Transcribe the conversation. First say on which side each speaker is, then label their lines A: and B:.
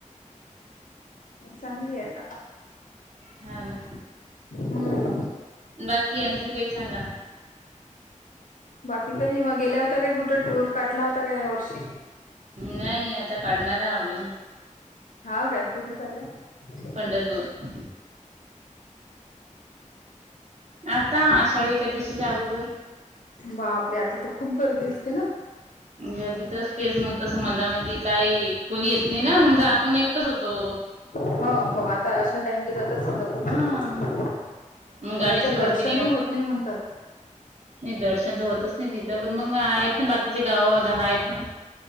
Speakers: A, on the left; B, on the right.
A: चांगली आहे आता
B: हा ना
A: हम्म
B: बाकी आणखी काही सांगा
A: बाकी काही नाही मग गेल्या होता काय कुठं टूर काढला होता का या वर्षी
B: नाही आता काढणार आह आम्ही
A: हा काय कुठे चाललंय.
B: पंढरपूर आता आषाढी एकादशी जा अगोदर
A: बापरे आता तर खूप गर्दी असते ना.
B: गर्दी तरच केस मग तसं मंदामंदी काही कोणी येत नाही ना समजा आपण एकटच होतो.
A: हो हो आता टाम जातात समजा
B: हा मग गाडीची
A: पण याच्यात
B: भरती
A: दर्शनही होत नाही म्हणतात.
B: नाही दर्शन तर होतच नाही तिथं पण मग आहेत ना बाकीचे गाव दहा आहेत ना.